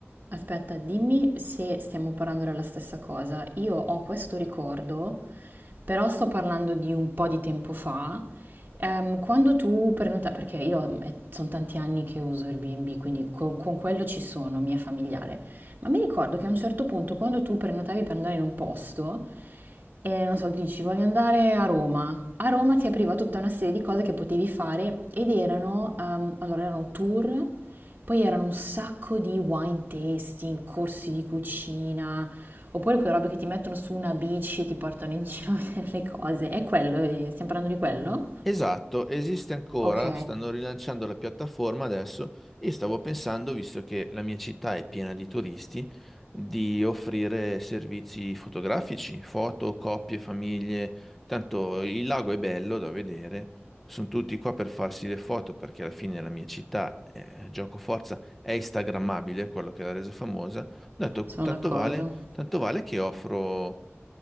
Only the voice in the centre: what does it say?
Esatto, esiste ancora,
stanno rilanciando la piattaforma adesso e stavo pensando, visto che la mia città è piena di turisti, di offrire servizi fotografici, foto, coppie, famiglie. Tanto il lago è bello da vedere, sono tutti qua per farsi le foto perché alla fine la mia città, eh, gioco forza, è instagrammabile, quello che l'ha resa famosa. Ho detto,
tanto
vale, tanto vale che offro